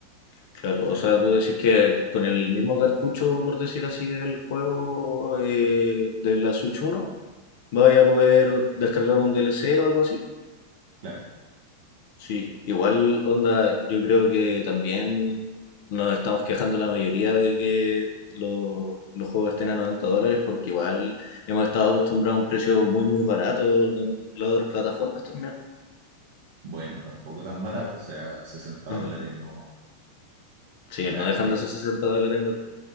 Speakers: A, on the left; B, on the right.
A: Claro,
B: ¿ya?
A: o sea, tú decís que con el mismo cartucho, por decir así, del juego eh, de la Switch uno, vaya a poder descargar un DLC o algo así.
B: Claro.
A: Sí, igual onda, yo creo que también nos estamos quejando la mayoría de que los, los juegos estén a 90 dólares porque igual hemos estado acostumbrados a un precio muy muy barato con las otras plataformas también.
B: Bueno, tampoco tan barato, o sea, sesenta
A: Ujú.
B: dólares no.
A: Sí,
B: Ahora,
A: no dejan de ser 60 dólares en verdad.